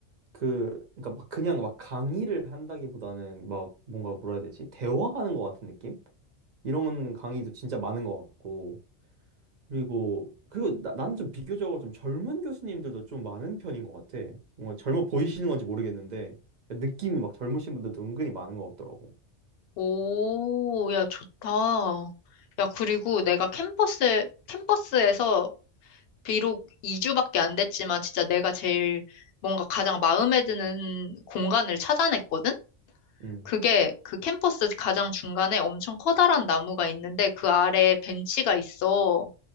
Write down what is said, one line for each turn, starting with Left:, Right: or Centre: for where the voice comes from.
Right: 그, 그러니까 막 그냥 막 강의를 한다기보다는 막 뭔가 뭐라 해야 되지? 대화하는 것 같은 느낌? 이런 강의도 진짜 많은 것 같고. 그리고 그리고 나, 나는 좀 비교적으로 좀 젊은 교수님들도 좀 많은 편인 것 같아. 뭔가 젊어 보이시는 건지 모르겠는데 느낌이 막 젊으신 분들도 은근히 많은 것 같더라고.
Left: 오, 야, 좋다. 야, 그리고 내가 캠퍼스, 캠퍼스에서 비록 2주밖에 안 됐지만 진짜 내가 제일 뭔가 가장 마음에 드는 공간을 찾아냈거든?
Right: 음.
Left: 그게 그 캠퍼스 가장 중간에 엄청 커다란 나무가 있는데 그 아래에 벤치가 있어.